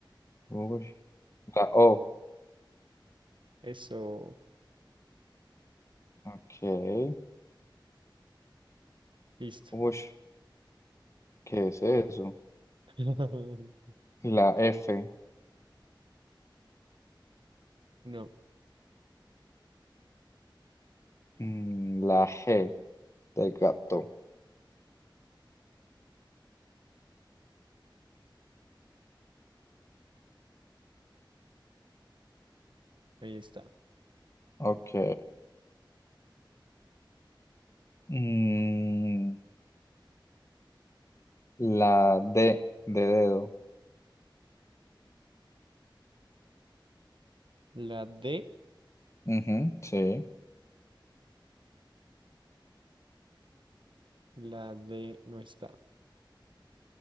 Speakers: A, on the left; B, on the right.
A: Uy, la O.
B: Eso,
A: Ok.
B: listo.
A: Uy, ¿qué es eso?
B: <laughs>
A: La F.
B: No,
A: Mm, la G de gato.
B: ahí está.
A: Ok. Mm, La D de dedo.
B: La D,
A: Ujú, sí.
B: la D no está.